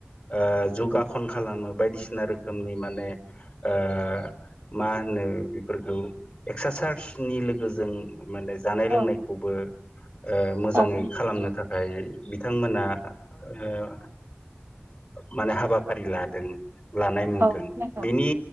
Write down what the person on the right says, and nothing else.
औ
औ
औ नंगौ